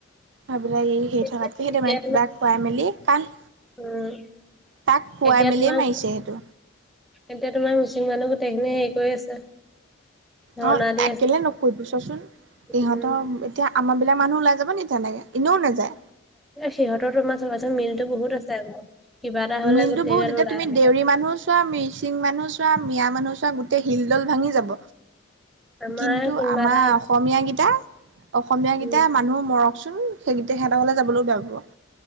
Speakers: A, on the right; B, in the centre.
A: ভাবিলে ই সি
B: এতিয়া
A: থকাতকে সেইটো
B: এতিয়া
A: মানে কিবা খুৱাই মেলি কাণ
B: উম
A: তাক খুৱাই
B: এতিয়া
A: মেলিয়ে
B: তোমাৰ
A: মাৰিছে সেইটো।
B: এতিয়া তোমাৰ মুছলিম গোটেই খিনিয়ে হেৰি কৰি আছে। ধৰ্ণা
A: অঁ
B: দি
A: এ
B: আছে
A: কেলে নকৰিব চোৱা চোন সিহঁতৰ
B: উম
A: এতিয়া, আমাৰ বিলাক মানুহ ওলাই যাব নি তেনেকে এনেও নাযায়।
B: সিহঁতৰ তোমাৰ চাবাচোন মিলটো বহুত আছে আকৌ। কিবা এটা হলে
A: মিলতটো
B: গোটেই
A: বহুত
B: গাল
A: এতিয়া
B: ওলাই
A: তুমি
B: আহে
A: দেউৰী মানুহ চোৱা, মিৰ্চিং মানুহ চোৱা, মিয়া মানুহ চোৱা, গোটেই শিলডল ভাঙি যাব।
B: আমাৰ
A: কিন্তু
B: কোনোবা
A: আমাৰ
B: এটা
A: অসমীয়া গিটা অসমীয়া
B: উম
A: কেইটা মানুহ মৰকচোন। সেইকেইটা সিহঁতক ঘৰলে যাবলৈ বেয়া পাব।